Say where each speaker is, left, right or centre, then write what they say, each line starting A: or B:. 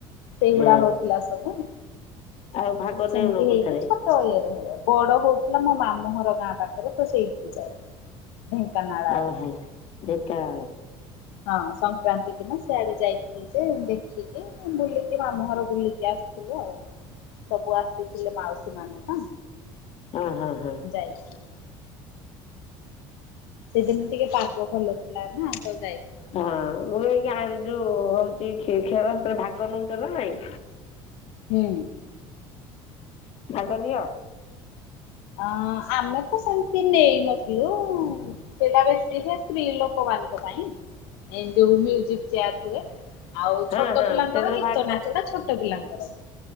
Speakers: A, on the left; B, on the left.
A: ସେଇଗୁଡା
B: ହଁ ହଁ
A: ହୋଉଥୁଲା ସବୁ।
B: ଆଉ ଭାଗ
A: ସେମତି
B: ନେଉନ
A: ହେଇକି
B: କୋଉଥିରେ?
A: ଛୋଟୋ ଇଏରେ ଭଳିଆ ବଡ ହୋଉଥୁଲା ମୋ ମାମୁଘର ଗାଁ ପାଖରେ ତ ସେଇଠିକି ଯାଏ। ଢେଙ୍କାନାଳ ଆଡେ
B: ଓହୋ
A: ସେଟା।
B: ଢେଙ୍କାନାଳ।
A: ହଁ ସଂକ୍ରାନ୍ତି ଦିନ ସିଆଡେ ଯାଇଥିଲୁ ଯେ ଦେଖିକି ବୁଲିକି ମାମୁଘର ବୁଲିକି ଆ ଆସିଲୁ ଆଉ ସବୁ ଆସିଥିଲେ ମାଉସୀମାନେ ତ।
B: ଓ ହୋ ହୋ।
A: ଯାଇଥିଲୁ। ସେଦିନ ଟିକେ ପାଗ ଭଲ ଥିଲା ନା ତ ଯାଇ
B: ହଁ ମୁଁ ବି ଏଇ ଗାଁରେ ଯୋଉ ହୋଉଚି ଖେ-ଖେଳ ସେଥିରେ ଭାଗ ନୋଉଚ ନା ନାଇଁ?
A: ହୁଁ।
B: ଭାଗ ନିଅ?
A: ଅଁ ଆମେ ତ ସେମତି ନେଇନଥିଲୁ ସେଟା ବେଶୀ ହେ ସ୍ତ୍ରୀ ଲୋକମା ମାନଙ୍କ ପାଇଁ ଏ ଯୋଉ ମ୍ୟୁଜିକ୍ ଚେୟାର୍ ହୁଏ। ଆଉ
B: ହଁ
A: ଛୋଟ
B: ହଁ
A: ପିଲାଙ୍କର
B: ସେଥିରେ
A: ଗୀତ
B: ଭାଗ
A: ନାଚଟା ଛୋଟ ପିଲାଙ୍କର। ହୁଏ।